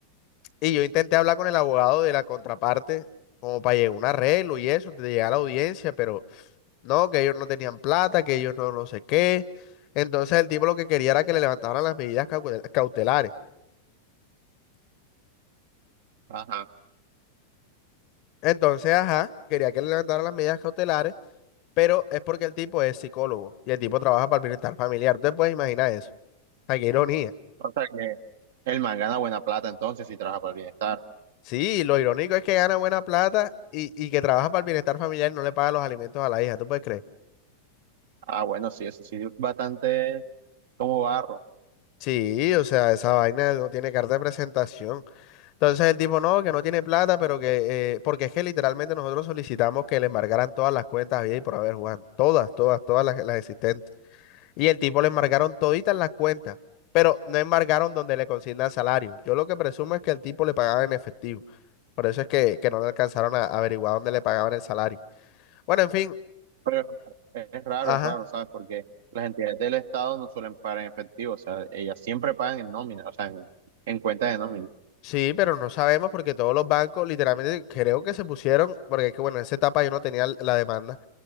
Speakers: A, on the left; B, on the right.
A: y yo intenté hablar con el abogado de la contraparte como para llegar a un arreglo y eso, de llegar a la audiencia, pero... No, que ellos no tenían plata, que ellos no no sé qué. Entonces el tipo lo que quería era que le levantaran las medidas cautel- cautelares.
B: Ajá.
A: Entonces, ajá, quería que le levantaran las medidas cautelares, pero es porque el tipo es psicólogo y el tipo trabaja para el bienestar familiar. Ustedes pueden imaginar eso. Ay, qué ironía.
B: O sea que el man gana buena plata entonces y trabaja para el bienestar.
A: Sí, lo irónico es que gana buena plata y, y que trabaja para el bienestar familiar y no le paga los alimentos a la hija. ¿Tú puedes creer?
B: Ah, bueno, sí, eso sí, bastante como barro.
A: Sí, o sea, esa vaina no tiene carta de presentación. Entonces el tipo no, que no tiene plata, pero que, eh, porque es que literalmente nosotros solicitamos que le embargaran todas las cuentas bien y por haber Juan, todas, todas, todas las, las existentes. Y el tipo le embargaron toditas las cuentas, pero no embargaron donde le consignan salario. Yo lo que presumo es que el tipo le pagaban en efectivo. Por eso es que, que no le alcanzaron a averiguar dónde le pagaban el salario. Bueno, en fin,
B: Pero es es raro,
A: ajá.
B: es raro, ¿sabes? Porque las entidades del Estado no suelen pagar en efectivo, o sea, ellas siempre pagan en nómina, o sea, en, en cuenta de nómina.
A: Sí, pero no sabemos porque todos los bancos literalmente creo que se pusieron, porque es que bueno, en esa etapa yo no tenía l- la demanda,